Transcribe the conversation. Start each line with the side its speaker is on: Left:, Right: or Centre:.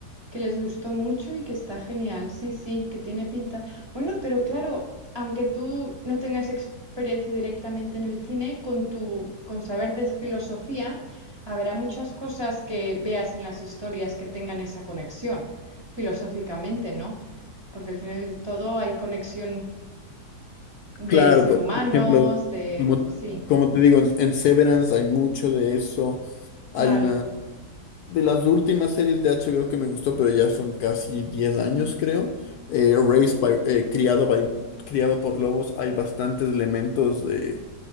Right: que les gustó mucho y que está genial. Sí, sí, que tiene pinta. Bueno, pero claro, aunque tú no tengas experiencia directamente en el cine, con tu, con saber de filosofía, habrá muchas cosas que veas en las historias que tengan esa conexión, filosóficamente, ¿no? Porque al final de todo hay conexión de
Left: Claro,
Right: ser
Left: por
Right: humanos,
Left: por ejemplo,
Right: de...
Left: como,
Right: Sí,
Left: como te digo, en, en Severance hay mucho de eso.
Right: claro.
Left: Hay una. De las últimas series de HBO que me gustó, pero ya son casi 10 años, creo. eh, Raised by- eh, criado, by- criado por lobos, hay bastantes elementos eh,